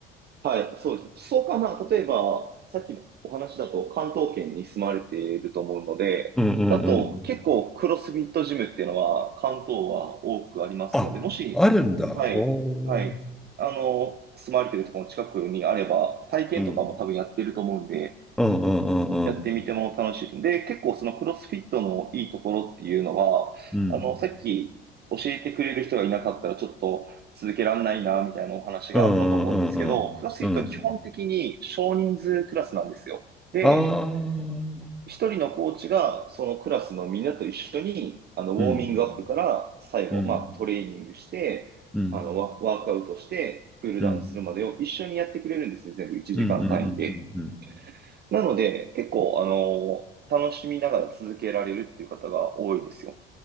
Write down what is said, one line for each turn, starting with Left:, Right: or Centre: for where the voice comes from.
Right: はい、そうです。そうかな。例えば、さっきのお話だと関東圏に住まれていると思うので、
Centre: うんうんうん。
Right: だと結構クロスフィットジムっていうのは関東は多くありますので、
Centre: あ、
Right: もし、
Centre: あるんだ。
Right: はい、
Centre: ほう。
Right: はい、あの、住まれているところの近くにあれば、体験とかも多分やってると思うんで、
Centre: うんうんうんうん
Right: やってみても楽しい。で、結構そのクロスフィットのいいところっていうのは、
Centre: うん
Right: あの、さっき教えてくれる人がいなかったらちょっと続けられないな、みたいなお話があったと思うんですけど、
Centre: うんうんうんうんうんうん
Right: クロスフィットは基本的に少人数クラスなんですよ。で、
Centre: ああー
Right: 一人のコーチがそのクラスのみんなと一緒に、あの、ウォーミングアップから最後、
Centre: うんうん
Right: まあトレーニングして、
Centre: うん
Right: あの、ワワークアウトして、クールダウンするまでを一緒にやってくれるんですね。
Centre: うん
Right: 全部1時間単位で。
Centre: うんうんうんうん
Right: なので、結構、あの、楽しみながら続けられるっていう方が多いですよ。